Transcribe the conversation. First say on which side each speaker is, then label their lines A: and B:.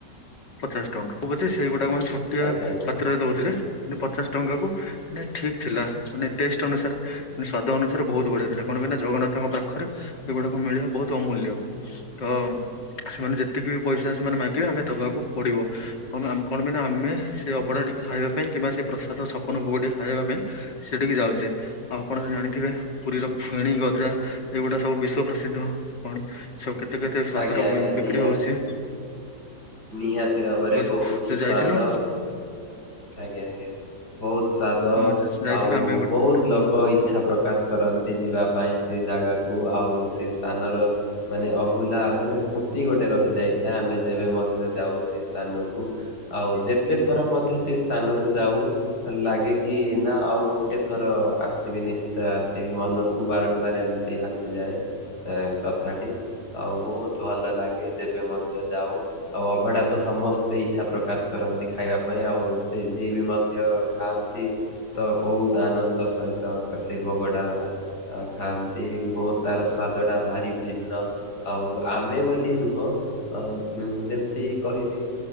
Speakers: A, on the left (about 80°); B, on the left (about 65°).
A: ପଚାଶ ଟଙ୍କା, ହେଉ ପଛ ସେଇ ଗୁଟାକ ଛୋଟିଆ
B: ଆଜ୍ଞା
A: ପାତ୍ରରେ ଦଉଥିଲେ। ପଚାଶ ଟଙ୍କା କୁ ନେ ଠିକ୍ ଥିଲା। ମାନେ ଟେଷ୍ଟ ଅନୁସାରେ ସ୍ଵାଦ ଅନୁସାରେ ବହୁତ ବଢିଆ ଥିଲା। କଣ ବିନା ଜଗନ୍ନାଥଙ୍କ ପାଖରେ ଏଗୁଡାକ ମିଳିବା ବହୁତ୍ ଅମୂଲ୍ୟ ତ ସେମାନେ ଯେତିକି ବି ପଇସା ସେମାନେ ମାଗିବେ ଆମେ ଦବାକୁ ପଡିବ। କଣପାଇଁ ଆମ କଣ ପାଇଁ ନା ଆମେ, ସେ ଅବଢା ଟିକେ ଖାଇବା ପାଇଁ କିମ୍ବା ସେ ପ୍ରସାଦ ଛପନ ଭୋଗ ଟିକେ ଖାଇବା ପାଇଁ ସେଠିକି ଯାଉଚେ। ଆଉ ଆପଣ ଜାଣିଥିବେ, ପୁରୀର ଫେଣି ଗଜା ଏଇଗୁଟା ସବୁ ବିଶ୍ଵ ପ୍ରସିଦ୍ଧ। କଣ ସବୁ କେତେ-କେତେ ସ୍ଵାଦ
B: ଆଜ୍ଞା
A: ର
B: ଆଜ୍ଞା ଆଜ୍ଞା ଆଜ୍ଞା
A: ବି ବିକ୍ରି
B: ନିହାତି
A: ହଉଚି।
B: ନିହାତି ଭାବରେ ବହୁତ୍
A: ଯୋଉ
B: ସ୍ଵାଦ
A: ଯାଇଥିଲୁ
B: ଆଜ୍ଞା-ଆଜ୍ଞା ବହୁତ୍ ସ୍ୱାଦ,
A: ମୁଁ ଯାଇଥିଲୁ
B: ଆଉ
A: ଆମେ ଗୋଟେ
B: ବହୁତ୍ ଲୋକ
A: ହଁ
B: ଇ ଇଚ୍ଛା ପ୍ରକାଶ କରନ୍ତି ଯିବା ପାଇଁ ସେ ଜାଗାକୁ, ଆଉ ସେ ସ୍ଥାନର ମାନେ ଅଭୁଲା ମାନେ ସ୍ମୁତି ଗୋଟେ ରହିଯାଇଥାଏ, ଆମେ ଯେବେ ମଧ୍ୟ ଯାଉ ସେ ସ୍ଥାନକୁ। ଆଉ ଯେତେ ଥର ମଧ୍ୟ ସେ ସ୍ଥାନକୁ ଯାଉ ଲାଗେ କି, ନା ଆଉ ଗୋଟେ ଥର ଆସିବି ନିଶ୍ଚୟ ଆସିବି, ମନକୁ ବାରମ୍ବାର ଏମ୍ ତି ଆସିଯାଏ। ଏଁ କଥାଟି, ଆଉ ବହୁତ୍ ଭଲଲାଗେ ଯେବେ ମଧ୍ୟ ଯାଉ। ଆଉ ଅଭଢା ତ ସମସ୍ତେ ଇଚ୍ଛା ପ୍ରକାଶ କରନ୍ତି ଖାଇବା ପାଇଁ, ଆଉ ଯେ ଯିଏ ବି ମଧ୍ୟ ଖାଆନ୍ତି ତ ବହୁତ ଆନନ୍ଦ ସହିତ ସେ ଭୋଗଟା ଅ ଖାଆନ୍ତି ବହୁତ୍ ତାର ସ୍ଵାଦଟା ଭାରି ଭିନ୍ନ। ଆଉ ଆମେ ବୋଲି ନୁହଁ, ଅ ଉ ଯେମ୍ ତି କହିବି,